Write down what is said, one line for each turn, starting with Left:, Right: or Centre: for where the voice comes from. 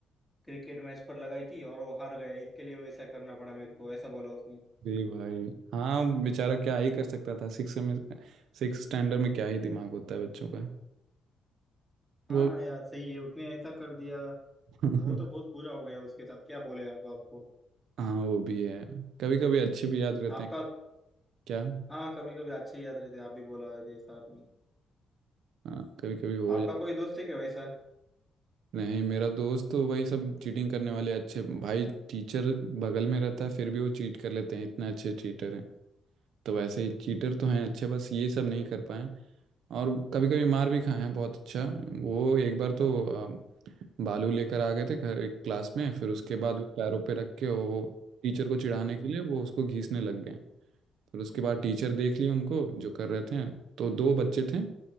Centre: क्रिकेट मैच पर लगाई थी और वो हार गया इसके लिए वो ऐसा करना पड़ा मेरे को ऐसा बोला उसने
Right: अरे भाई हाँ बेचारा क्या ही कर सकता था सिक्स में सिक्स स्टैंडर्ड में क्या ही दिमाग होता है बच्चों का
Centre: हाँ
Right: वो
Centre: ना यार सही है उसने ऐसा कर दिया
Right: <laughs>
Centre: वो तो बहुत बुरा हो गया उसके साथ क्या बोले आप आपको
Right: हाँ वो भी है कभी कभी अच्छे भी याद रहते
Centre: आपका
Right: हैं क्या
Centre: हाँ कभी कभी अच्छे याद रहते आप भी बोला जैसा आपने
Right: हाँ कभी कभी हो
Centre: आपका
Right: जाते
Centre: कोई दोस्त है क्या वैसा
Right: हैं। नहीं मेरा दोस्त तो वही सब चीटिंग करने वाले अच्छे भाई टीचर बगल में रहता है फिर भी वो चीट कर लेते हैं इतने अच्छे चीटर हैं तो वैसे ही चीटर तो हैं अच्छे बस ये सब नहीं कर पाए और कभी कभी मार भी खाए हैं बहुत अच्छा वो एक बार तो अ, बालू लेकर आ गए थे घर क्लास में फिर उसके बाद वो पैरों पे रख के वो टीचर को चिढ़ाने
Centre: हाँ
Right: के लिए वो उसको घीसने लग गए फिर उसके बाद टीचर देख लिए उनको जो कर रहे थे तो दो बच्चे थे